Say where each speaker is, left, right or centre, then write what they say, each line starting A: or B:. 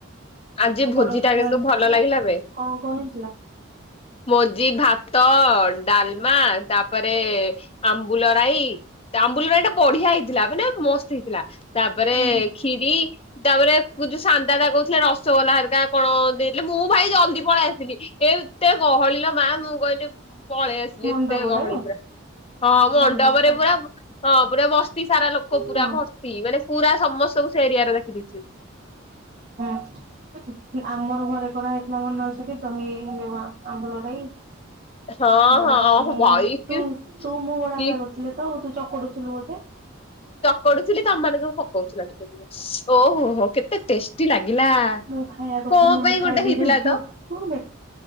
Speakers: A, on the left (about 30°); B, on the right (about 45°).
A: ଆଜି
B: ଆଉ ବଡ
A: ଭୋଜି ଟା
B: ଝିଅ
A: କିନ୍ତୁ
B: ଆସିଥିଲା
A: ଭଲ ଲାଗିଲା ବେ
B: କଣ କଣ ହେଇଥିଲା?
A: ମୋ ଜି ଭାତ ଡାଲମା ତାପରେ ସେ ଆମ୍ବୁଲ ରାଇ ତା ଆମ୍ବୁଲ ରାଇ ଟା ବଢିଆ ହେଇଥିଲା ବଲେ ମସ୍ତ ହେଇଥିଲା। ଥିଲା ତାପରେ
B: ଉଁ
A: କ୍ଷୀରି ତାପରେ ଯୋଉ ଶାନ୍ତଳା କହୁଥିଲେ। ଳା ଘରିକା କଣ ଦେଇଥିଲେ ମୁଁ ଭାଇ ଜଲଦି ପଳେଇ ଆସିଲି ଏ ଏତେ ଗହଳୀ ଲୋ ମା ମୁଁ କହିଲି ପଳେଇ ଆସିଲି
B: ମଣ୍ଡପରେ
A: ଏତେ ଗହଳି ପୁରା ହଁ ମଣ୍ଡପରେ
B: ମଣ୍ଡପ ହଁ।
A: ପୁରା ହଁ ପୁରା ବ ତି ସାରା ଲୋକ ପୁରା
B: ହୁଁ
A: ଭର୍ତ୍ତି ମାନେ ପୁରା ସମସ୍ତଙ୍କୁ ସେ ଏରିଆରେ ଦେଖ ଚିଡୁଛି
B: ଆମର ଘରେ କଡା ହେଇଥିଲା ମନେ ଅଛଟି ତ ହେଇନି ଯମା ଆମ୍ବୁଳ ରାଇ
A: ହଁ
B: ବଡାବା
A: ହଁ
B: ମୁଁ
A: ଭାଇ କି
B: ତୁ ତୁ ମୁଁ ବଡାବା
A: କି
B: କରୁଥିଲେ ତ ତୁ ଚକଡୁଥିଲୁ ବୋଧେ
A: ପଡୁଥିଲି ତମମାନେ ସବୁ ପକଉଥିଲା ଟିକେ ଟ ଓହୋ ହୋ କେତେ ଟେଷ୍ଟି ଲାଗିଲା
B: ମୁଁ ଖାଇବା କଥା
A: କଣ
B: ନୁହଁ ମୁଁ
A: ପାଇଁ
B: ଖାଇଲି
A: ଗୋଟେ ହେଇଥିଲା
B: ଯୋଉ ଝିଅ
A: ତ
B: ଶୁଣିବେ